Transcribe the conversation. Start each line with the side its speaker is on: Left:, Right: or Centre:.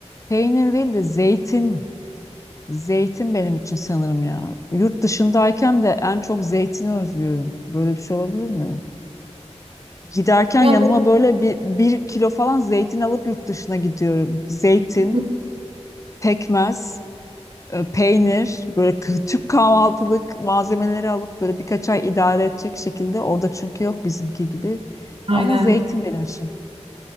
Left: peynir değil de zeytin. Zeytin benim için sanırım ya. Yurt dışındayken de en çok zeytini özlüyorum. Böyle bir şey olabilir mi? Giderken
Right: Yani,
Left: yanıma böyle bir, bir kilo falan zeytin alıp yurt dışına gidiyorum. Zeytin,
Right: <laughs>
Left: pekmez, e, peynir, böyle k- Türk kahvaltılık malzemeleri alıp böyle birkaç ay idare edecek şekilde. Orada çünkü yok bizimki gibi.
Right: aynen.
Left: Ama zeytin benim için.